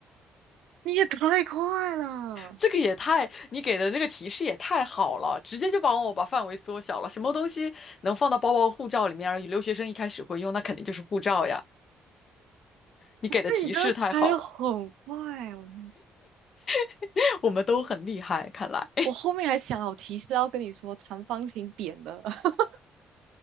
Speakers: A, on the right; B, on the left.
A: 你也太快了！
B: 这个也太，你给的那个提示也太好了，直接就帮我把范围缩小了。什么东西能放到包包、护照里面，而留学生一开始会用，那肯定就是护照呀。你给的提示太好了，
A: 不是，你真的猜的很快哦。
B: <laughs> 我们都很厉害，看来。
A: 我后面还想好提示要跟你说长方形扁的，<laughs>